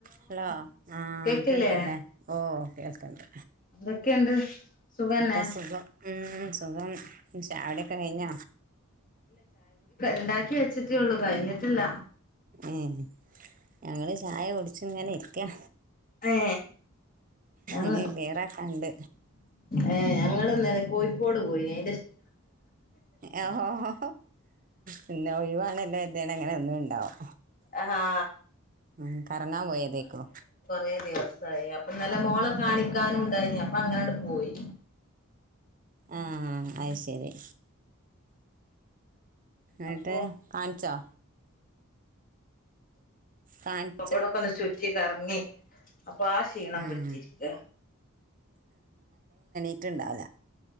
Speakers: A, on the right (about 40°); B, on the left (about 40°).
A: Hello ആ
B: കേക്കില്ലേ
A: കേൾക്കില്ലേ ഓ കേൾക്കണ്ട്
B: എന്തൊക്കെയുണ്ട് സുഖന്നെ
A: ഒക്കെ സുഖം ഉം സുഖം ചായ കുടി ഒക്കെ കഴിഞ്ഞ
B: ഇണ്ടാക്കി വെച്ചിട്ടേ ഉള്ളു കഴിഞ്ഞിട്ടില്ല
A: ഉം ഞങ്ങൾ ചായ കുടിച്ചു ഇങ്ങനെ ഇരിക്ക ക്യാ
B: ഏ ഞങ്ങ
A: ഇനി ക്ലിയറാക്കാണ്ട്
B: ഏ ഞങ്ങള് ഇന്നലെ കോഴിക്കോട് പോയിനേ
A: ഓ ഓ ഓ പിന്നെ ഒഴിവാണല്ലേ ദേൻനങ്ങനെ ഒന്നും ഇണ്ടാവും
B: ആഹാ
A: ഉം കറങ്ങാൻ പോയതേക്കും
B: റേ ദിവസ് സായി അപ്പൊ ഇന്നലെ മോളെ കാണിക്കാനും ണ്ടായീന് അപ്പൊ അങ്ങനെണ്ട് പോയി
A: ആഹ അയ് ശരി എൺട്ട്
B: അപ്പൊ
A: കാണിച്ചോ കാണിച്ച്
B: അപ്പൊ അവിടൊക്കെ ഒന്ന് ചുറ്റി കറങ്ങി അപ്പൊ ആ ക്ഷീണം
A: ഉം
B: പിടിച്ചിരിക്ക
A: ട്ടിണ്ടാവില്ല